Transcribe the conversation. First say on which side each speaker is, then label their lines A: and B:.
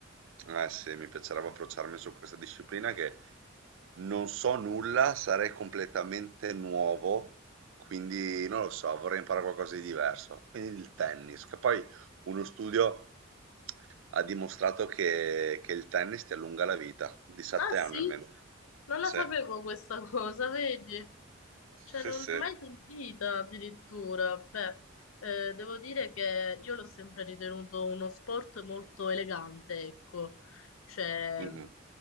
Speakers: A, on the right; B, on the left.
A: Eh sì, mi piacerebbe approcciarmi su questa disciplina che non so nulla, sarei completamente nuovo, quindi non lo so, vorrei imparare qualcosa di diverso. Quindi il tennis, che poi uno studio ha dimostrato che, che il tennis ti allunga la vita, di 7
B: Ah sì,
A: anni almeno.
B: non
A: Sì,
B: la sapevo questa cosa, vedi?
A: sì,
B: Cioè, non
A: sì,
B: l'ho mai sentita addirittura. Beh, eh, devo dire che io l'ho sempre ritenuto uno sport molto elegante, ecco. Cioè,
A: Mhm.